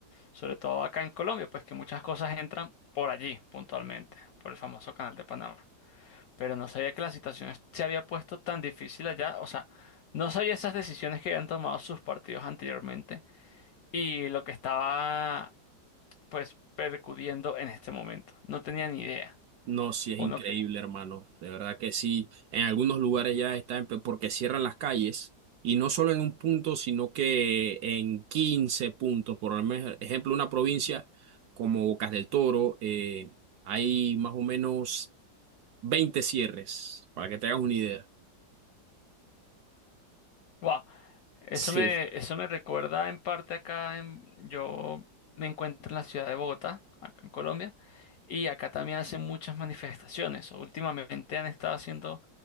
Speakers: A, on the left (about 70°); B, on the right (about 70°).
A: sobre todo acá en Colombia, pues que muchas cosas entran por allí puntualmente, por el famoso Canal de Panamá. Pero no sabía que la situación es- se había puesto tan difícil allá, o sea, no sabía esas decisiones que habían tomado sus partidos anteriormente y lo que estaba pues percudiendo en este momento. No tenía ni idea.
B: No, sí es
A: Uno
B: increíble,
A: que...
B: hermano. De verdad que sí. En algunos lugares ya está en pe- porque cierran las calles y no solo en un punto, sino que en 15 puntos. Por eme- ejemplo, una provincia como Bocas del Toro, eh, hay más o menos 20 cierres, para que te hagas una idea.
A: ¡Wow! Eso
B: Sí.
A: me, eso me recuerda en parte acá en, yo me encuentro en la ciudad de Bogotá, acá en Colombia, y acá también hacen muchas manifestaciones. Últimamente han estado haciendo